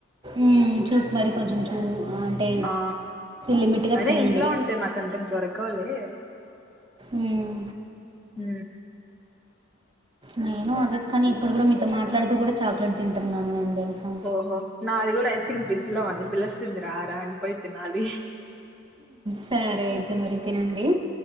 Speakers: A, on the right; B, in the centre.
A: ఉ చూసి మరి కొంచెం చూ అంటే
B: ఆ
A: లిమిట్గా
B: అయినా
A: తినండి
B: ఇంట్లో అంటే నాకు అంతకు దొరకవులే
A: ఉమ్
B: ఊ
A: నేను అదే కానీ ఇప్పుడు కూడా మీతో మాట్లాడుతూ కూడా చాక్లెట్ తింటున్నాను నేను తెలుసా
B: ఓహో నాది కూడా ఐస్ క్రీమ్ ఫ్రిజ్ లో అంది పిల్లొస్తుంది రా రా అనిపోయి తినాలి
A: సరే అయితే మరి తినండి